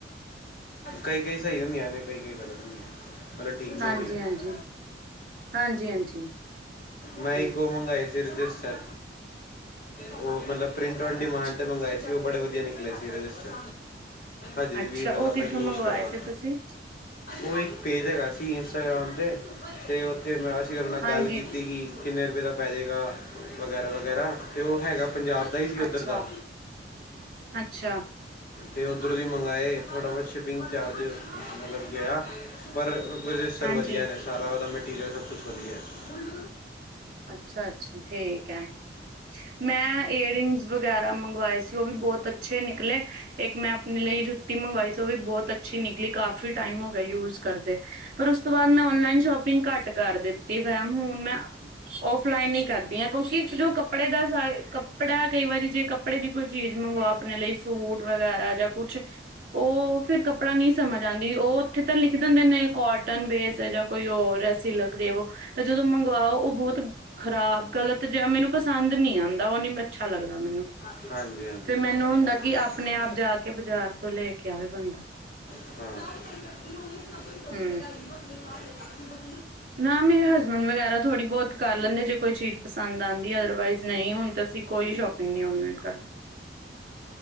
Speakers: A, on the left; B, on the right.
A: ਕਈ-ਕਈ ਸਹੀ ਹੁੰਦੀਆਂ ਨੇ, ਕਈ-ਕਈ ਗਲਤ ਹੁੰਦੀਆਂ ਨੇ। ਮਤਲਬ ਠੀਕ ਨੀ
B: ਹਾਂਜੀ
A: ਹੁੰਦੀਆਂ ਨੇ।
B: ਹਾਂਜੀ ਹਾਂਜੀ ਹਾਂਜੀ
A: ਮੈਂ
B: ਹਮ
A: ਇਕ ਓ ਮੰਗਏ ਸੀ ਰਜਿਸਟਰ ਉ ਮਤਲਬ ਪ੍ਰਿੰਟ ਔਨ ਡਿਮਾਂਡ
B: ਅੱਛਾ
A: ਤੇ ਮੰਗਵਾਏ ਸੀ ਉਹ ਬੜੇ ਵਧੀਆ ਵਧੀਆ ਨਿਕਲੇ ਸੀ ਰਜਿਸਟਰ, ਹਜੇ
B: ਅੱਛਾ
A: ਵੀ ਮਤਲਬ
B: ਉਹ ਕਿੱਥੋਂ
A: ਮੈਂ ਯੂਜ
B: ਮੰਗਵਾਏ
A: ਕਰਦਾ।
B: ਸੀ ਤੁਸੀਂ
A: ਉ ਇੱਕ ਪੇਜ ਹੈਗਾ ਸੀ ਇੰਸਟਾਗ੍ਰਾਮ ਤੇ ਉਥੇ ਮੈਂ ਅਸੀਂ ਉਹਦੇ ਨਾਲ
B: ਹਾਂਜੀ
A: ਗੱਲ ਕੀਤੀ ਕਿ ਕਿੰਨੇ ਰੁਪਏ ਦਾ ਪੈ ਜਾਏਗਾ ਵਗੈਰਾ-ਵਗੈਰਾ ਤੇ ਉ ਹੈਗਾ ਪੰਜਾਬ ਦਾ ਹੀ ਸੀ ਉੱਧਰ
B: ਅੱਛਾ
A: ਦਾ।
B: ਅੱਛਾ।
A: ਤੇ ਉਧਰੋਂ ਦੀ ਮੰਗਾਏ ਥੋੜ੍ਹਾ-ਬਹੁਤ ਸ਼ਿਪਿੰਗ ਚਾਰਜ ਮਤਲਬ ਗਿਆ। ਪਰ ਰਜਿਸਟਰ
B: ਹਾਂਜੀ
A: ਵਧੀਆ ਨੇ, ਸਾਰਾ ਉਹਦਾ ਮਟੀਰੀਅਲ ਸਭ ਕੁਛ ਵਧੀਆ ਏ।
B: ਅੱਛਾ-ਅੱਛਾ, ਠੀਕ ਏ। ਮੈਂ ਈਅਰਿੰਗਸ ਵਗੈਰਾ ਮੰਗਵਾਏ ਸੀ ਉਹ ਵੀ ਬੋਤ ਅਛ ਅੱਛੇ ਨਿਕਲੇ ਇੱਕ ਮੈਂ ਆਪਣੇ ਲਈ ਜੁੱਤੀ ਮੰਗਵਾਈ ਸੀ ਉਹ ਵੀ ਬੋਤ ਅੱਛੀ ਨਿਕਲੀ ਕਾਫੀ ਟਾਈਮ ਹੋ ਗਿਐ ਯੂਜ ਕਰਦੇ। ਪਰ ਉਸ ਤੋਂ ਬਾਅਦ ਮੈਂ ਓਨਲਾਈਨ ਸ਼ੋਪਿੰਗ ਘੱਟ ਕਰ ਦਿੱਤੀ ਫੈਮ ਹੁਣ ਮੈਂ ਔਫਲਾਈਨ ਹੀ ਕਰਦੀ ਹਾਂ ਕਿਉਂਕਿ ਜੋ ਕੱਪੜੇ ਦਾ ਕੱਪੜਾ ਕਈ ਵਾਰੀ ਜੇ ਕੱਪੜੇ ਦੀ ਕੋਈ ਚੀਜ਼ ਮੰਗਵਾਓ ਆਪਣੇ ਲਈ ਸੂਟ ਵਗੈਰਾ ਜਾਂ ਕੁਛ ਉਹ ਫਿਰ ਕੱਪੜਾ ਨਹੀਂ ਸਮਝ ਆਂਦੀ ਉਹ ਉਥੇ ਤਾਂ ਲਿਖ ਦਿੰਦੇ ਨੇ ਕੋਟਨ ਬੇਸ ਜਾਂ ਕੋਈ ਹੋਰ ਸਿੱਲਕ ਦੇ ਵ ਜਦੋਂ ਮੰਗਵਾਓ ਉਹ ਬੋਤ ਖ਼ਰਾਬ ਗਲਤ ਜਿਆ ਮੈਨੂੰ ਪਸੰਦ ਨਹੀਂ ਆਂਦਾ ਉਹ ਨੀ ਅੱਛਾ ਲੱਗਦਾ ਮੈਨੂੰ
A: ਹਾਂਜੀ-ਹਾਂਜੀ
B: ਫਿਰ ਮੈਨੂੰ ਹੁੰਦਾ ਕਿ ਆਪਣੇ ਆਪ ਜਾ ਕੇ ਬਾਜ਼ਾਰ ਤੋਂ ਲੈ ਕੇ ਆਵੇ ਬੰਦਾ
A: ਹਾਂ
B: ਹੂੰ
A: <unintelligible>
B: ਨਾ ਮੇਰੇ ਹਸਬੈਂਡ ਵਗੈਰਾ ਥੋੜ੍ਹੀ ਬੋਤ ਕਰ ਲੈਂਦੇ ਜੇ ਕੋਈ ਚੀਜ਼ ਪਸੰਦ ਆਂਦੀ ਅਦਰਵਾਈਜ਼ ਨਹੀਂ ਹੁਣ ਤਾਂ ਅਸੀਂ ਕੋਈ ਸ਼ੋਪਿੰਗ ਨਹੀਂ ਔਨਲਾਈਨ ਕਰ